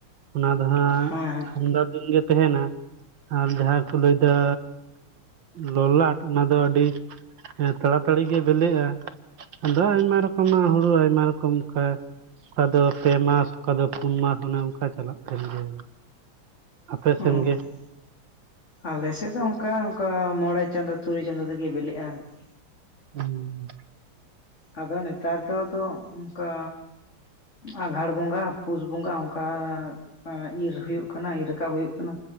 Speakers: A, on the right; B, on the left.
A: ᱚᱱᱟ ᱫᱚ ᱦᱟᱸᱜ
B: ᱦᱮᱸ ᱦᱮᱸ
A: ᱟᱢᱫᱟ ᱫᱤᱱ ᱜᱮ ᱛᱟᱦᱮᱱᱟ᱾ ᱟᱨ ᱡᱟᱦᱟᱸ ᱠᱚ ᱞᱟᱹᱭ ᱮᱫᱟ ᱞᱚᱞᱟᱴ ᱚᱱᱟ ᱫᱚ ᱟᱹᱰᱤ ᱦᱮᱸ ᱛᱟᱲᱟᱛᱟᱲᱤ ᱜᱮ ᱵᱤᱞᱤᱜᱼᱟ ᱟᱫᱚ ᱟᱭᱢᱟ᱾ ᱟᱭᱢᱟ ᱨᱚᱠᱚᱢᱟᱜ ᱦᱩᱲᱩ ᱟᱭᱢᱟ ᱨᱚᱠᱚᱢ ᱚᱱᱠᱟ ᱚᱠᱟ ᱫᱚ ᱯᱮ ᱢᱟᱥ ᱚᱠᱟ ᱫᱚ ᱯᱩᱱ ᱢᱟᱥ ᱚᱱᱮ ᱚᱱᱠᱟ ᱪᱟᱞᱟᱜ ᱛᱟᱞᱮ ᱜᱮᱭᱟ ᱟᱯᱮ
B: ᱦᱚᱸ
A: ᱥᱮᱱ ᱜᱮ
B: ᱟᱞᱮᱥᱮᱫ ᱫᱚ ᱚᱱᱠᱟ ᱚᱱᱠᱟ ᱢᱚᱬᱮ ᱪᱟᱸᱫᱚ ᱛᱩᱨᱩᱭ ᱪᱟᱸᱫᱚ ᱛᱮᱜᱮ ᱵᱮᱞᱮᱜᱼᱟ ᱟᱨᱠᱤ᱾
A: ᱦᱩᱸ
B: ᱟᱫᱚ ᱱᱮᱛᱟᱨ ᱫᱚ ᱟᱫᱚ ᱚᱱᱠᱟ᱾ ᱟᱸᱜᱷᱟᱲ ᱵᱚᱸᱜᱟ ᱯᱩᱥ ᱵᱚᱸᱜᱟ ᱚᱱᱠᱟ᱾ ᱟ ᱤᱨ ᱦᱩᱭᱩᱜ ᱠᱟᱱᱟ ᱤᱨ ᱨᱟᱠᱟᱵ ᱦᱩᱭᱩᱜ ᱠᱟᱱᱟ᱾